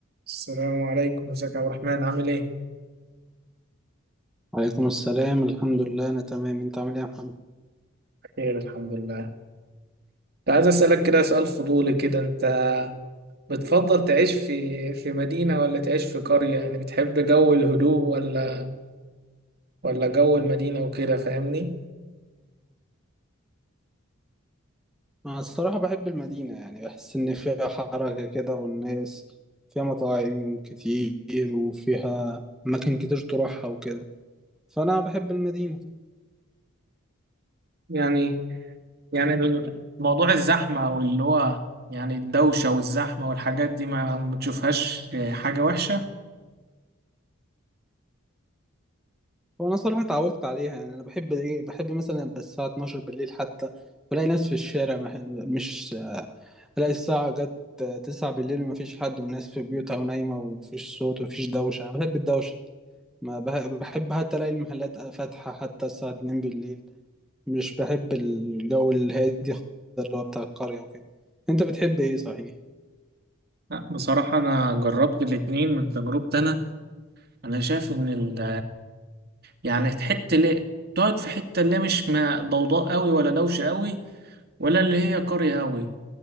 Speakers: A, on the right; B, in the centre.
A: السلام عليكم ازيك يا عبد الرحمن عامل ايه؟
B: عليكم السلام الحمد لله أنا تمام أنت عامل إيه يا محمد؟
A: بخير الحمد لله كنت عايز اسألك كده سؤال فضولي كده انت بتفضل تعيش في في مدينة ولا تعيش في قرية يعني بتحب جو الهدوء ولا ولا جو المدينة وكده فاهمني؟
B: أنا الصراحة بحب المدينة يعني بحس إن فيها حركة كده والناس فيها مطاعم كتير وفيها أماكن كتير تروحها وكده فأنا بحب المدينة
A: يعني يعني ال- موضوع الزحمة واللي هو يعني الدوشة والزحمة والحاجات دي ما ما تشوفهاش حاجة وحشة؟
B: وأنا صراحة اتعودت عليها يعني أنا بحب إيه بحب مثلا يبقى الساعة 12 بالليل حتى بلاقي ناس في الشارع مح- مش ألاقي الساعة جت 9 بالليل ومفيش حد والناس في بيوتها ونايمة ومفيش صوت ومفيش دوشة أنا بحب الدوشة ما بح- بحب حتى ألاقي المحلات فاتحة حتى الساعة 2 بالليل مش بحب الجو الهادي خالص ده اللي هو بتاع القرية وكده انت بتحب ايه صحيح
A: لا بصراحة أنا جربت الاتنين من تجربتي أنا أنا شايف إن ال يعني حتة اللي تقعد في حتة اللي مش ما ضوضاء قوي ولا دوشة قوي ولا اللي هي قرية قوي